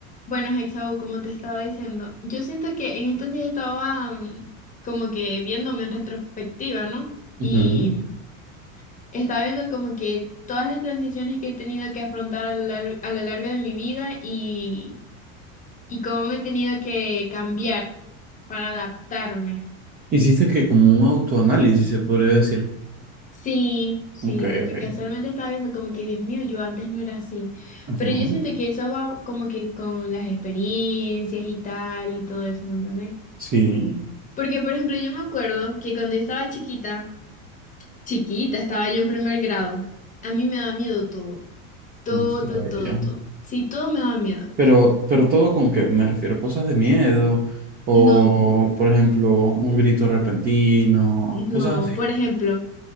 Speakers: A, on the left; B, on the right.
A: Bueno, Hexau, como te estaba diciendo, yo siento que en estos días estaba mm, como que viéndome en retrospectiva, ¿no?
B: Ujú.
A: Y estaba viendo como que todas las transiciones que he tenido que afrontar a lo, lar- a lo largo de mi vida y, y cómo me he tenido que cambiar para adaptarme.
B: Hiciste que como un autoanálisis, se podría decir.
A: Sí, sí,
B: Ok,
A: porque
B: ok.
A: casualmente estaba viendo como que, Dios mío, yo antes no era así.
B: Ujú.
A: Pero yo siento que eso va como que con las experiencias y tal y todo eso, ¿me entendés?
B: Sí,
A: Porque, por ejemplo, yo me acuerdo que cuando yo estaba chiquita, chiquita, estaba yo en primer grado, a mí me daba miedo todo, todo,
B: en serio.
A: todo, todo. Sí, todo me daba miedo.
B: Pero, pero todo con que me refiero a cosas de miedo o,
A: No,
B: por ejemplo, un grito repentino,
A: no,
B: cosas así.
A: por ejemplo,